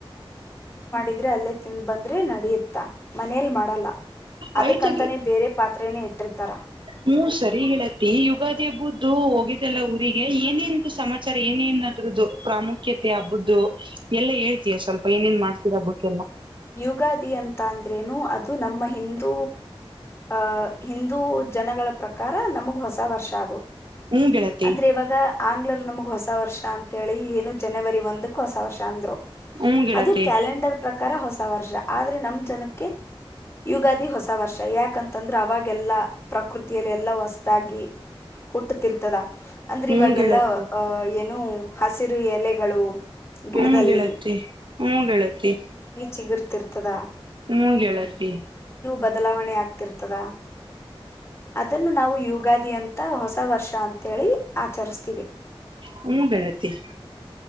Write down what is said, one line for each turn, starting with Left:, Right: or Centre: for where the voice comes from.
Left: ಇದ್ರೆ ಅಲ್ಲೇ ತಿಿಂದ್ ಬಂದ್ರೆ ನಡಿಯುತ್ತ ಮನೇಲ್ ಮಾಡಲ್ಲ ಅದಕ್ಕಂತಾನೆ
Right: ಆಯ್ತ
Left: ಬೇರೆ ಪಾತ್ರೆನೇ ಇಟ್ಟಿರ್ತಾರ
Right: ಹ್ಮ ಸರಿ ಹೇಳ ಯುಗಾದಿ ಹಬ್ಬುದುದುು ಹೋಗಿದ್ದಲ್ಲ ಊರಿಗೆ ಏನೇನ ಸಮಾಚಾರ ಏನೇನ ಅದ್ರದ್ದದು ಪ್ರಾಮುಖ್ಯತೆ ಹಬ್ಬುದು ಎಲ್ಲಾ ಹೇಳ್ತಯ ಸ್ವಲ್ಪ ಏನೇನ್ ಮಾಡ್ತೀರಬಟ್ಟು
Left: ಯುಗಾದಿ ಅಂತ ಅಂದ್ರೇನು ಅದು ನಮ್ಮ ಹಿಂದ್ ಅ ಹಿಂದೂ ಜನಗಳ ಪ್ರಕಾರ ನಮಗ್ ಹೊಸ ವರ್ಷ ಅದು
Right: ಹ್ಮ್ ಗೆಳತಿ
Left: ಅಂದ್ರೆ ಇವಾಗ ಆಂಗ್ಲರ್ ನಮಗ್ ಹೊಸ ವರ್ಷ ಅಂತೇಳಿ ಏನು ಜನವರಿ ಒಂದಕ್ ಹೊಸ ವರ್ಷ ಅಂದ್ರು
Right: ಹ್ಮ್ ಗೆಳತಿ
Left: ಅದು ಕ್ಯಾಲೆಂಡರ್ ಪ್ರಕಾರ ಹೊಸ ಹೊಸ ವರ್ಷ ಆದ್ರೆ ನಮ್ ಜನಕ್ಕೆ ಯುಗಾದಿ ಹೊಸ ವರ್ಷ ಯಾಕಂತಂದ್ರೆ ಅವಾಗೆಲ್ಲಾ ಪ್ರಕೃತಿಯಲ್ಲಿ ಎಲ್ಲಾ ಹೊಸದಾಗಿ ಹುಟ್ಟತಿರ್ತದ ಅಂದ್ರೆ
Right: ಹ್ಮ್
Left: ಇವಾಗೆಲ್ಲ
Right: ಗೆಳತಿ
Left: ಅ ಏನ್ ಹಸಿರು ಎಲೆಗಳು ಗಿಡದಲ್ಲಿ
Right: ಹ್ಮ ಗೆಳತಿ ಹ್ಮ ಗೆಳತ್ತ
Left: ಸಿಗರ್ತಿರ್ತದ
Right: ಹ್ಮ್ ಹೇಳತ್ತಿ
Left: ಬದಲಾವಣೆ ಆಗ್ತಿರ್ತದ ಅದನ್ನು ನಾವು ಯುಗಾದಿ ಅಂತ ಹೊಸ ವರ್ಷ ಅಂತೇಳಿ ಆಚರಿಸ್ತ
Right: ಹ್ಮ ಬೆಳತ್ತ